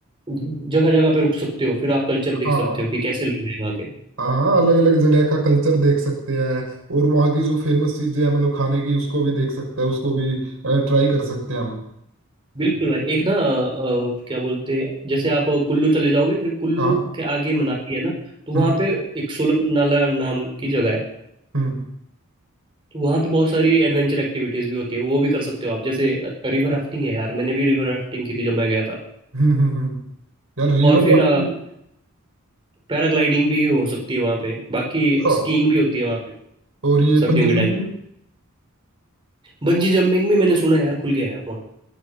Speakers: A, on the right (about 25°); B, on the right (about 70°).
A: जगह जगह पे रुक सकते हो फिर आप कल्चर देख
B: हाँ
A: सकते हो कि कैसे लोग हैं वहाँ के
B: हाँ अलग अलग जगह का कल्चर देख सकते हैं और वहाँ की जो फेमस चीजें हैं मतलब खाने की उसको भी देख सकते हैं उसको भी ट्राई कर सकते हैं हम
A: बिल्कुल भाई एक ना अ, अ, क्या बोलते हैं, जैसे आप कुल्लू चले जाओगे फिर कुल्लू
B: हाँ
A: के आगे मनाली है ना तो वहाँ
B: हम्म
A: पे एक सोलंग नाला नाम की जगह है
B: हम्म
A: तो वहाँ पे बहुत सारी एडवेंचर एक्टिविटीज भी होती है वो भी कर सकते हो आप जैसे रिवर राफ्टिंग है यार मैंने भी रिवर राफ्टिंग की थी जब मैं गया था
B: हम्म हम्म हम्म। यार रिवर
A: और फिर
B: राफ्टिंग
A: पैराग्लाइडिंग भी हो सकती है वहाँ पे बाकी
B: हाँ
A: स्कीइंग भी होती है वहाँ पे
B: और ये
A: सर्दियों
B: पंजी
A: के
B: जंपिंग
A: टाइम पे बंजी जंपिंग भी मैंने सुना है यार खुल गया है अब वहाँ।